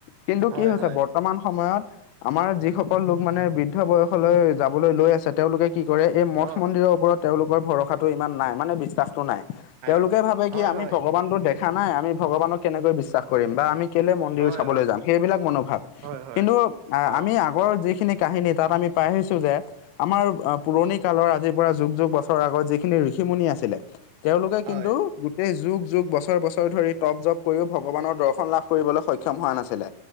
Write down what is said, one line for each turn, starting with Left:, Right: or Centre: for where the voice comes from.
Left: কিন্তু
Right: হয়
Left: কি হৈছে
Right: হয়
Left: বৰ্তমান সময়ত আমাৰ যিসকল লোক মানে বৃদ্ধ বয়সলৈ যাবলৈ লৈ আছে তেওঁলোকে কি কৰে, এই মঠ-মন্দিৰৰ
Right: অ
Left: ওপৰত তেওঁলোকৰ ভৰসাটো ইমান নাই। মানে বিশ্বাসটো নাই। তেওঁলোকে
Right: অ
Left: ভাবে কি
Right: হয়
Left: আমি
Right: হয়
Left: ভগৱানতো দেখা নাই, আমি ভগৱানক কেনেকৈ বিশ্বাস কৰিম। বা আমি কেলে মন্দিৰ
Right: হয়
Left: চাবলৈ
Right: অ
Left: যাম। সেইবিলাক মনোভাৱ
Right: হয় হয়
Left: কিন্তু
Right: অ
Left: আমি আগৰ যিখিনি কাহিনী তাত আমি পাই আহিছো যে- আমাৰ পুৰণিকালৰ আজিৰ পৰা যুগ -যুগ বছৰৰ আগত যিখিনি ঋষিমুনি আছিলে, তেওঁলোকে
Right: হয়
Left: কিন্তু এই যুগ- যুগ, বছৰ -বছৰ ধৰি তপ -জপ কৰিও ভগৱানৰ দৰ্শন লাভ কৰিবলৈ সক্ষম হোৱা নাছিলে।